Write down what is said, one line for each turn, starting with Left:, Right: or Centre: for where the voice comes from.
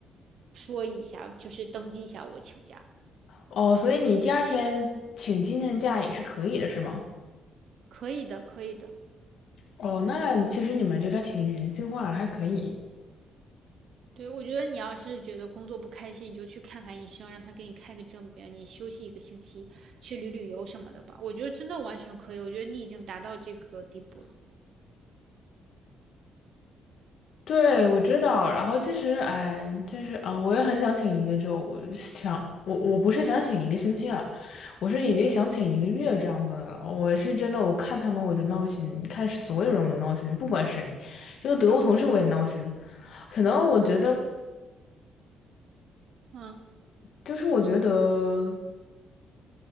Right: 说一下，就是登记一下我请假，
Left: 哦，所以你第二天请今天假也是可以的，是吗？
Right: 可以的，可以的。
Left: 哦，那其实你们这个还挺人性化的，还可以。
Right: 对，我觉得你要是觉得工作不开心，你就去看看医生，让他给你开个证明，你休息一个星期，去旅旅游什么的吧。我觉得真的完全可以，我觉得你已经达到这个地步了。
Left: 对，我知道。然后其实，哎，就是啊、呃我也很想请一个周，我想我我不是想请一个星期啊，我是已经想请一个月这样子的了。我是真的，我看他们我就闹心，看所有人我都闹心，不管谁，就是德国同事我也闹心。可能我觉得，
Right: 嗯。
Left: 就是我觉得。